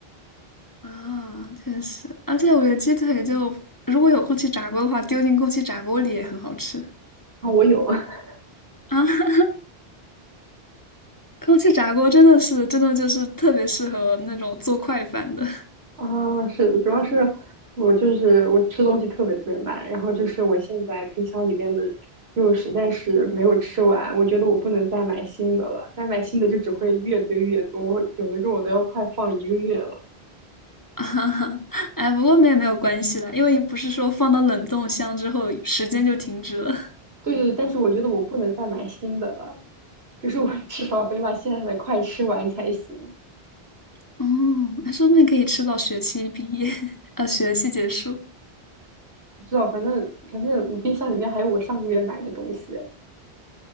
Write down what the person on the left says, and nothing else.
<laughs> 啊，确实。而且我觉得鸡腿就如果有空气炸锅的话，丢进空气炸锅里也很好吃
啊。<laughs> 空气炸锅真的是真的就是特别适合那种做快饭的
<laughs> 啊。哎，不过那也没有关系啦，因为不是说放到冷冻箱之后时间就停止了。
<laughs> 哦，那说不定可以吃到学期毕业，<laughs> 呃，学期结束。